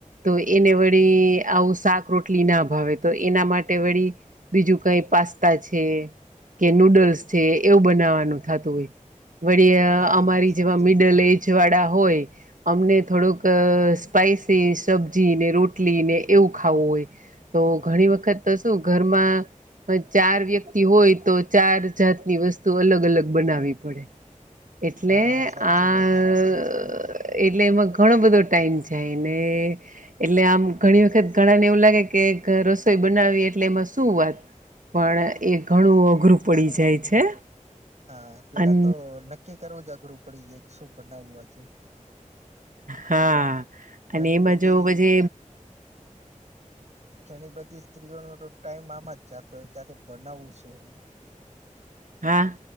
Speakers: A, on the right; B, on the right.
A: તો એને વળી આવુ શાક રોટલીના ભાવે, તો એના માટે વળી બીજું કઈ. પાસ્તા છે, કે નૂડલ્સ છે, એવું બનાવાનું થતું હોય. વળી
B: હા
A: અમારી
B: સાચી
A: જેવા મિડલ
B: વાત
A: એજ વાળા હોય, અમને થોડુંક સ્પાઈસી સબ્જી ને રોટલી ને એવું ખાવું હોય. તો ઘણી વખત શું ઘરમા પણ ચાર વ્યક્તિ હોય, તો ચાર જાતની વસ્તુ અલગ અલગ બનાવી પડે એટલે
B: હા સાચી
A: આ
B: વાત છે.
A: એટલે એમાં ઘણો બધો ટાઈમ જાય, ને એટલે આમ ઘણી વખત ઘણાને એવું લાગે કે રસોઈ બનાવી એટલે, એમાં શું વાત પણ એ ઘણુ અઘરુ પડી જાય છે.
B: હા, પેલા
A: અન
B: તો નક્કી કરવું જ અઘરું પડી જ શું બનાવવું આજે
A: હા,
B: ઘણી
A: અને એમા
B: બધી
A: જો પ જે
B: ઘણી બધી સ્ત્રીઓનો, તો ટાઈમ આમા જ જાતો હોય, ક્યાં તો બનાવવું છે એ
A: હા,